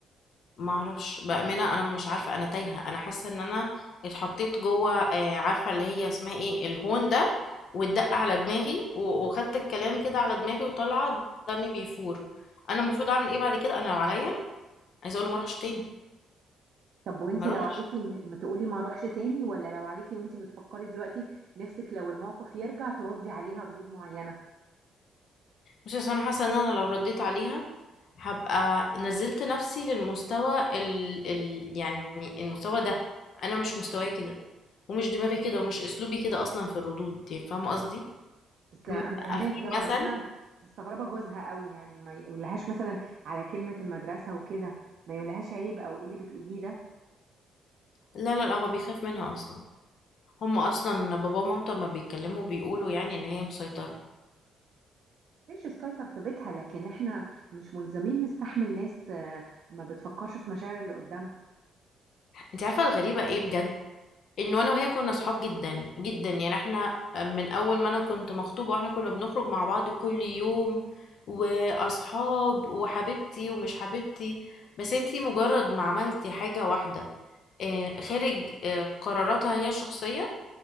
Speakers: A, on the left; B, on the right.
A: ما اعرفش بأمانة انا مش عارفة انا تايهة انا حاسة ان انا اتحطيت جوه آه، عارفة اللي هي اسمها ايه الهون ده واتدق على دماغي و- وخدت الكلام كده على دماغي وطالعة دمي بيفور انا المفروض اعمل ايه بعد كده انا لو عليا عايزة اقول له ما اروحش تاني
B: طب وانتي
A: ما اروحش
B: لو عليكي م- ما تقولي ما اروحش تاني ولا لو عليكي وانتي بتفكري دلوقتي نفسك لو الموقف يرجع تردي عليها ردود معينة
A: بصي اصل انا حاسة ان انا لو رديت عليها هبقى نزلت نفسي للمستوى ال... ال... يعني المستوى ده انا مش مستواي كده ومش دماغي كده ومش اسلوبي كده اصلا في الردود يعني فاهمة قصدي
B: بس
A: م-
B: انا فاهماكي
A: في
B: طبعا
A: مثل
B: بس انا مستغربة جوزها قوي يعني ما يقولهاش مثلا على كلمة المدرسة وكده ما يقولهاش عيب او ايه اللي بتقوليه ده
A: لا لا لا هو بيخاف منها اصلا هم اصلا بابا ومامته ما بيتكلموا بيقولوا يعني ان هي مسيطرة
B: ماشي السيطر في بيتها لكن احنا مش ملزمين نستحمل ناس آه، ما بتفكرش في مشاعر اللي قدامها
A: انت عارفة الغريبة ايه بجد انه انا وهي كنا صحاب جدا جدا يعني احنا من اول ما انا كنت مخطوبة واحنا كنا بنخرج مع بعض كل يوم واصحاب وحبيبتي ومش حبيبتي بس انتي مجرد ما عملتي حاجة واحدة آه، خارج آه، قراراتها هي الشخصية